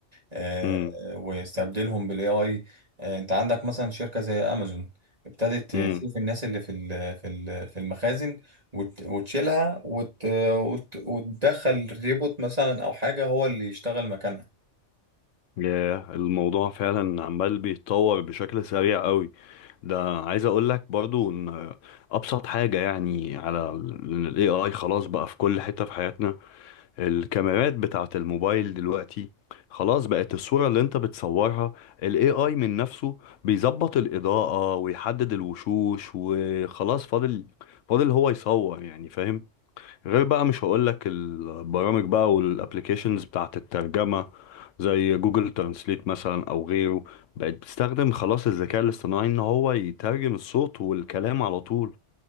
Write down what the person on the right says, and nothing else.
آه،
ويستبدلهم بالاي اي انت عندك مثلا شركة زي امازون ابتدت
تشوف الناس اللي في ال- في ال- في المخازن وت- وتشيلها وت- وت- وتدخل ريبوت مثلا او حاجة هو اللي يشتغل مكانها